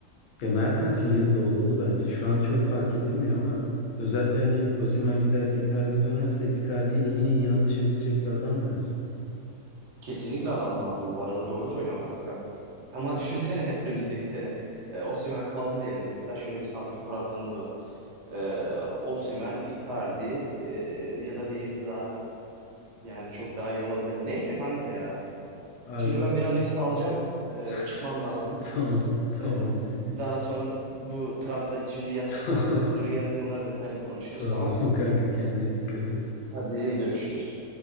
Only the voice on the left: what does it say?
Ya Mertens'in yeri dolmalı bence. Şu an çok fark edilmiyor ama özellikle hani Osimhen giderse Icardi dönerse Icardi ile yine iyi anlaşabilecek bir adam lazım.
Harbi
<laughs>
Tamam. Tamam
kanka.
<laughs> Tamam.
Tamam
kanka kendine dikkat et.